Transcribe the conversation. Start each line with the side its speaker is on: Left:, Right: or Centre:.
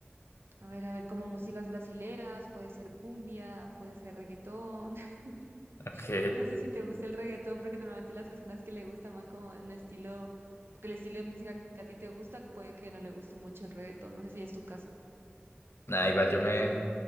Right: A ver, a ver, como músicas brasileras, puede ser cumbia, puede ser reggaetón. <laughs>
Left: Ok,
Right: No sé si te gusta el reggaetón, porque normalmente las personas que le gusta más como un estilo, que el estilo de música que a ti te gusta, puede que no le guste mucho el reggaetón. No sé si es tu caso.
Left: nada, igual yo me...